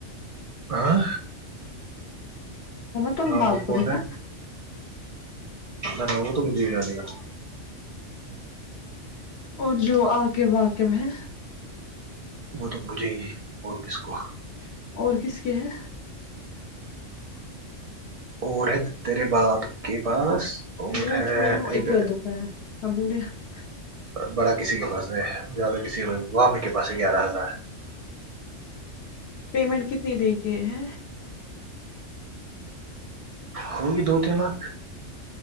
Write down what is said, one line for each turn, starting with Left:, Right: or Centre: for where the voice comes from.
Right: ہاں
Left: تو ہم
Right: ہاں
Left: باپ
Right: وہ
Left: کو
Right: کون
Left: دیکھا
Right: نہیں نا وہ تو مجھ جے گا
Left: اور جو آ کے واقب ہے
Right: وہ تو مجھے ہی اور کس کو
Left: اور کس کے ہیں
Right: اور ہے تیرے باپ کے پاس اور
Left: وہ
Right: ہے
Left: چھوڑنا
Right: ایک
Left: <inaudible> میں بول رہی ہوں
Right: بڑا کسی کے پاس ہے زیادہ کسی وی کے پاس ہے گیارہ ہزار
Left: پیمنٹ کتنی دے کے ہیں
Right: ہوگی دو تین لاک